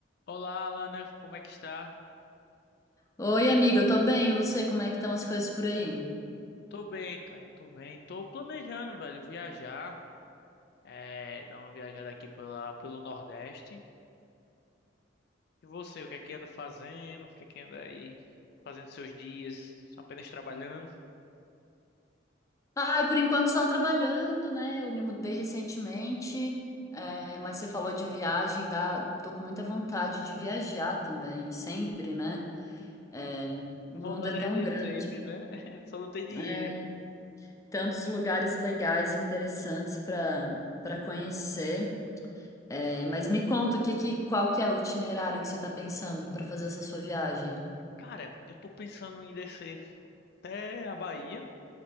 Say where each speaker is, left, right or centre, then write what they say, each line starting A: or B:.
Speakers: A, on the left; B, on the left.
A: Olá, Alana, como é que está?
B: Oi, amiga, eu tô bem. E você, como é que estão as coisas por aí?
A: Tô bem, cara, tô bem. Tô planejando, velho, viajar, é, dar uma viajada aqui pela, pelo Nordeste. E você, o que é que anda fazendo? O que é que anda aí fazendo seus dias? Apenas trabalhando?
B: Ai, por enquanto só trabalhando, né? Eu me mudei recentemente, é, mas você falou de viagem, dá... tô com muita vontade de viajar também, sempre, né? É, o
A: Vontade
B: mundo é tão
A: é de
B: grande,
A: sempre, né? <laughs> Só não tem dinheiro.
B: é, tantos lugares legais e interessantes para para conhecer. É, mas me conta o que, que, qual que é o itinerário que você tá pensando para fazer essa sua viagem?
A: Cara, eu tô pensando em descer até a Bahia,